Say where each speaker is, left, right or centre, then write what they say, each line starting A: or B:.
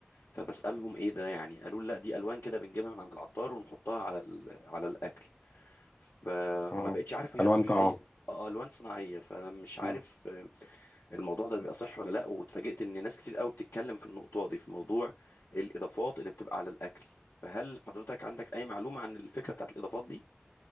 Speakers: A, on the left; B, on the left.
A: فبسألهم ايه ده يعني قالوا لي لا دي الوان كده بنجيبها من عند العطار ونحطها على ال- على الاكل فما
B: اه
A: بقتش عارف هي
B: الوان
A: صحيه
B: طعام
A: اه الوان صناعيه فانا مش عارف
B: مم.
A: آه، الموضوع ده بيبقى صح ولا لا واتفاجئت ان ناس كتير قوي بتتكلم في النقطه دي في موضوع الاضافات اللي بتبقى على الاكل فهل حضرتك عندك اي معلومه عن الفكره بتاعت الاضافات دي